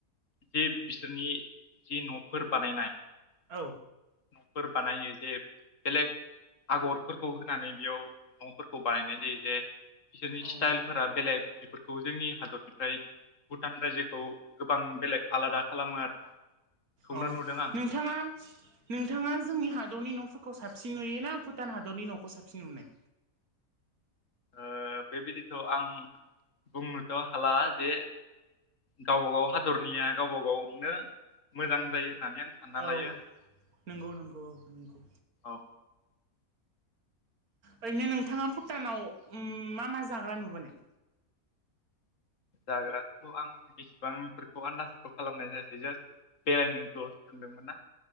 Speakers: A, on the left; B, on the right.
A: जे बिसोरनि जि न'फोर बानायनाय
B: औ।
A: न'फोर बानायो जे बेलेग आगरफोरखौ होनानै बेयाव न'फोरखौ बानायनाय जायो जे बिसोरनि
B: औ
A: स्टाइलफोरा बेलेग बेफोरखौ जोंनि हादरनिफ्राय भुटान रायजोखौ गोबां बेलेग आलादा खालामो आरोना। बेखौनो
B: अ
A: नुदों आं
B: नोंथाङा, नोंथाङा जोंनि हादरनि न' <unintelligible> <unintelligible> साबसिन नुयो ना भुटान हादरनि न'खौ साबसिन नुनाय?
A: ओ बेबायदिथ' आं बुंनोथ' हाला जे गावबा -गाव हादरनिया गावबा- गावनो मोजां जायो। होननानै आं सानना
B: औ
A: लायो आरो
B: नंगौ, नंगौ, औ नंगौ।
A: औ
B: ओरैनो नोंथाङा भुटानाव मा -मा जाग्रा नुबोनाय?
A: जाग्रााथ' आं बेसिबांफोरखौ आन्दाजखौ खालामनाय जायासै जास्ट बेरायनो ल'सो थांदोंमोन ना?